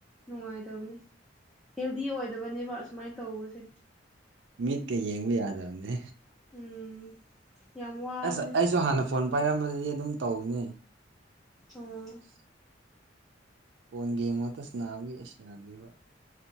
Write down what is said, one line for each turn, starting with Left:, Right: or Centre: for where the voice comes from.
Centre: ꯅꯨꯡꯉꯥꯏꯇꯕꯅꯤ ꯍꯦꯜꯗꯤ ꯑꯣꯏꯗꯕꯅꯦꯕ ꯑꯁꯨꯃꯥꯏꯅ ꯇꯧꯕꯁꯦ
Right: ꯎ ꯃꯤꯠꯀ ꯌꯦꯡꯕ ꯌꯥꯗꯕꯅꯦ
Centre: ꯎꯝ ꯌꯥꯝ ꯋꯥꯕꯅꯦ
Right: ꯑꯁ ꯑꯩꯁꯨ ꯍꯥꯟꯅ ꯐꯣꯟ ꯄꯥꯏꯔꯝꯕꯗꯗꯤ ꯑꯗꯨꯝ ꯇꯧꯅꯤ
Centre: ꯑꯣ
Right: <inaudible> ꯐꯣꯟ ꯒꯦꯝ ꯃꯠꯇ ꯁꯅꯥꯕꯒꯤ ꯁꯟꯅꯗꯣꯏꯕ